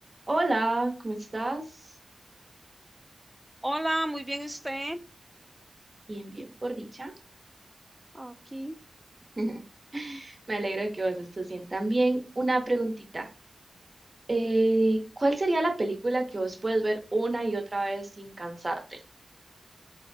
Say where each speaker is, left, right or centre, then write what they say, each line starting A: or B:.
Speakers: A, on the right; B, in the centre.
A: Hola, ¿cómo estás?
B: Hola, muy bien usted.
A: Bien, bien, por dicha.
B: Aquí.
A: <laughs> Me alegro de que vos estés bien también. Una preguntita. eh, ¿cuál sería la película que vos puedes ver una y otra vez sin cansarte?